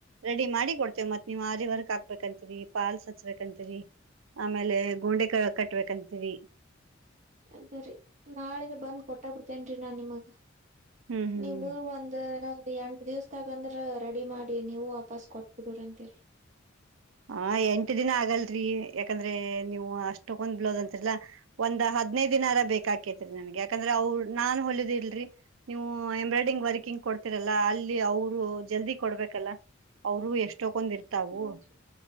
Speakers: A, on the right (about 75°); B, on the right (about 40°).
A: ರೆಡಿ ಮಾಡಿ ಕೊಡ್ತ. ಮತ್ತ ಮತ್ ನೀವ್ ಆರಿ ವರ್ಕ್ ಹಕ್ಬೇಕತ್ರಿ ಪಾಲ್ ಸಚ್ಬೇಕಂತತ್ರಿ. ಆಮೇಲೆ ಗೋಂಡೆ ಕ ಕಟ್ಬೇಕಂತೀರಿ.
B: ಅದ ರರಿ ನಾಳೆ ಬಂದ್ ಕೊಟ್ಟ ಬಿಡ್ತೇನ್ ನಾನ್ ನಿಮಗ್
A: ಹ್ಮ್ ಹ್ಮ್
B: ನೀವು ಒಂದು ನಾವು ಎಂಟ ದಿವ್ಸದಕಂದ್ರ ರೆಡಿ ಮಾಡಿ ನೀವು ವಾಪಾಸ್ ಕೊಟ್ಬಿಡ್ರರಿ ಅಂತೀರಿ.
A: ಹ ಎಂಟ ದಿನ ಆಗಲ್ರಿ ಯಾಕಂದ್ರೆ ನೀವು ಅಷ್ಟಕ್ಕ ಒಂದ್ ಬ್ಲೌಸ್ ಅಂತರಿಲ್ಲಾ. ಒಂದ್ ಹದ್ನೈದ ದಿನರ ಬೇಕಾಕೇತ್ರಿ ನನ್ಗೆ ಯಾಕಂದ್ರ ಅವ ನಾನ್ ಹೊಲಿದಿಲ್ರಿ. ನೀವು ಎಂಬ್ರಾಯ್ಡಿಂಗ್ ವರ್ಕಿಂಗ್ ಕೊಡ್ತಿರಲ್ಲ ಅಲ್ಲಿ ಅವರು ಜಲ್ದಿ ಕೊಡ್ಬೇಕಲ್ಲ. ಅವರು ಎಷ್ಟಕೊಂಡ್ತರ್ತಾವು
B: ಹೌದ್ರಿ